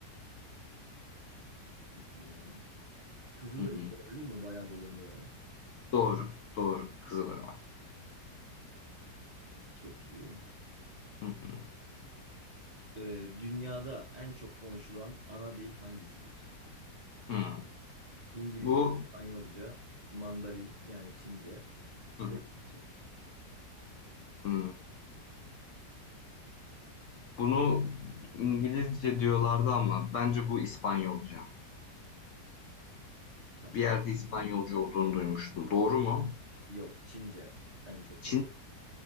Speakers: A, on the right (about 55°); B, on the left (about 65°).
A: Düşünüyorum. Kızılırmak
B: Hı hı.
A: olabilir mi? Bayağı dolanıyor.
B: Doğru. Doğru. Kızılırmak.
A: Çok iyi.
B: Hı hı.
A: Ee, dünyada en çok konuşulan ana dil hangisidir?
B: Hı.
A: İngilizce,
B: Bu
A: İspanyolca, Mandarin yani Çince
B: hı hı.
A: ve Hintçe.
B: Hı. Bunu İngilizce diyorlardı ama bence bu İspanyolca.
A: Tamam.
B: Bir yerde
A: Çin.
B: İspanyolca olduğunu duymuştum. Doğru mu?
A: Yok Çince en çok
B: Çin.
A: konuşulan.